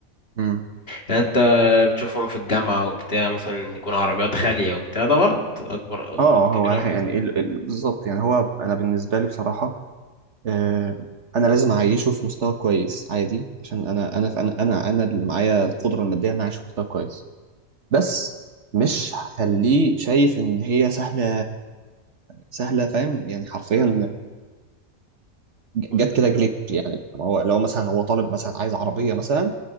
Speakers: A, on the right; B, on the left.
A: مم.
B: يعني انت بتشوفهم في الجامعه وبتاع مثلا يكون عربيات غاليه وبتاع ده غلط اكبر غلط
A: اه
B: كبير
A: هو يعني
B: أوي.
A: ال- ال- بالظبط يعني هو انا بالنسبه لي بصراحه آه، انا لازم اعيشه في مستوى كويس عادي عشان انا انا انا انا انا اللي معايا القدره الماديه ان اعيش في مستوى كويس بس مش هخليه شايف ان هي سهله سهله فاهم يعني حرفيا
B: مم.
A: ج-
B: ولا-
A: جت كده جليتش يعني هو لو مثلا هو طالب مثلا عايز عربيه مثلا